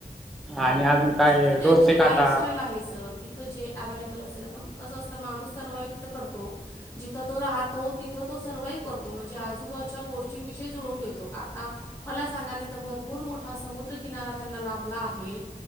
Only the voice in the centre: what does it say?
आणि अजून काय
डोसे खाता